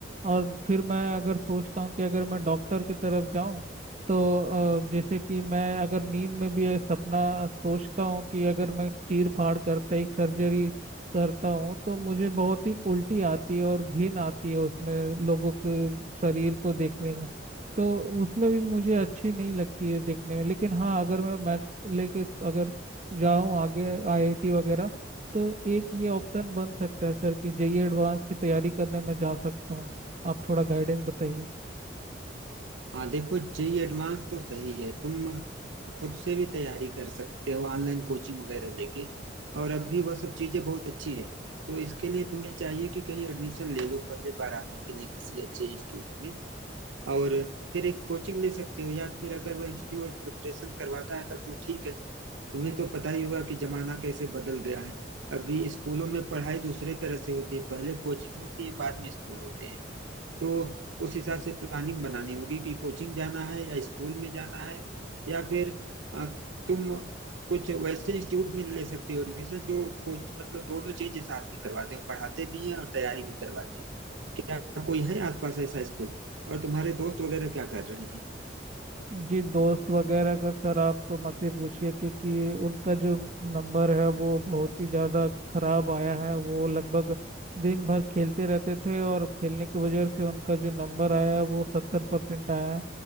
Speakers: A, on the right; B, on the right.
A: और फिर मैं अगर सोचता हूँ कि अगर मैं डॉक्टर की तरफ जाऊँ तो अ, जैसे कि मैं अगर नींद में भी एक सपना सोचता हूँ कि अगर मैं चीर फाड़ करता एक सर्जरी करता हूँ तो मुझे बहुत ही उल्टी आती है और घिन आती है उसमें लोगों के शरीर को देखने में तो उसमें भी मुझे अच्छी नहीं लगती है देखने में लेकिन हाँ अगर मैं लेके अगर जाऊँ आगे आईआईटी वगैरह तो एक ये ऑप्शन बन सकता है सर कि जेईई एडवांस की तैयारी करने में जा सकता हूँ आप थोड़ा गाइडेंस बताइए
B: हाँ देखो जेई एडवांस तो सही है तुम खुद से भी तैयारी कर सकते हो ऑनलाइन कोचिंग वगैरह लेके और अभी वह सब चीजें बहुत अच्छी है तो इसके लिए तुम्हें चाहिए कि कहीं एडमिशन ले लो पहले बारहवीं के लिए किसी अच्छे इंस्टीट्यूट में और फिर एक कोचिंग ले सकते हो या फिर अगर वह इंस्टीट्यूट प्रिपरेशन करवाता है तब तो ठीक है तुम्हें तो पता ही होगा कि जमाना कैसे बदल गया है अभी स्कूलों में पढ़ाई दूसरे तरह से होती है पहले कोचिंग होती है बाद में स्कूल होते हैं तो उस हिसाब से प्लानिंग बनानी होगी कि कोचिंग जाना है या स्कूल में जाना है या फिर अ, तुम कुछ वैसे इंस्टीट्यूट में ले सकते हो एडमिशन जो कोच मतलब दोनों चीजें साथ में करवाते हैं पढ़ाते भी हैं और तैयारी भी करवाते हैं क्या कोई है आसपास ऐसा स्कूल और तुम्हारे दोस्त वगैरह क्या कर रहे हैं
A: जी दोस्त वगैरह का सर आप तो मत ही पूछिए क्योंकि उनका जो नंबर है वो बहुत ही ज़्यादा खराब आया है वो लगभग दिन भर खेलते रहते थे और खेलने की वजह से उनका जो नंबर आया है वो सत्तर परसेंट आया है